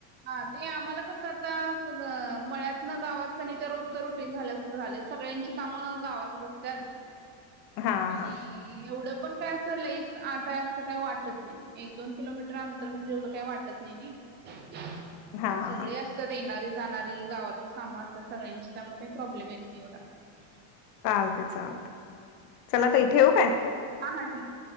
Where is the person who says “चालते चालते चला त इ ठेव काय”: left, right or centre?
Left